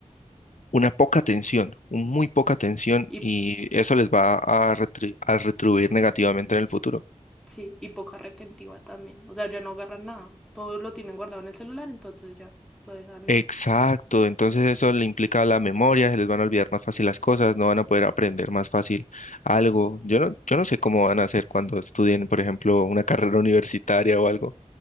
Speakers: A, on the left; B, in the centre.
A: una poca atención, un muy poca atención
B: Y
A: y eso les va a, retri- a retribuir negativamente en el futuro.
B: sí, y poca retentiva también. O sea, ya no agarran nada. Todo lo tienen guardado en el celular, entonces ya lo dejan
A: Exacto, entonces eso le implica a la memoria, se les van a olvidar más fácil las cosas, no van a poder aprender más fácil algo. Yo no, yo no sé cómo van a hacer cuando estudien, por ejemplo, una carrera <laughs> universitaria o algo.